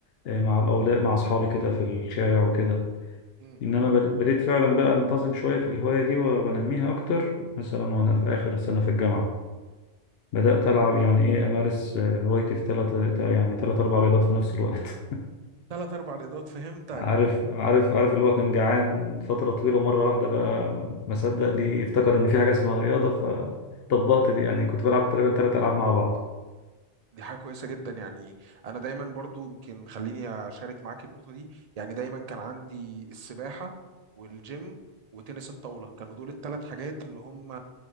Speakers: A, on the left; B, on the right.
A: آه، مع الاولاد مع اصحابي كده في الشارع وكده
B: مم.
A: انما بد- بديت فعلا بقى انتظم شوية في الهواية دي و- وانميها اكتر مثلا وانا في اخر سنة في الجامعة بدأت ألعب يعني إيه أمارس آه، هوايتي في ثلاثة يعني ثلاث أربع رياضات في نفس الوقت
B: ثلاث اربع رياضات فهمتك
A: عارف عارف عارف اللي هو كان جعان فترة طويلة مرة واحدة بقى ما صدق ليه افتكر إن في حاجة اسمها رياضة فطبقت دي يعني كنت بلعب تقريبا تلات ألعاب مع بعض
B: دي حاجة كويسة جدا يعني أنا دايما برضو يمكن خليني أشارك معاك النقطة دي يعني دايما كان عندي السباحة والجيم وتنس الطاولة كانوا دول الثلاث حاجات اللي هم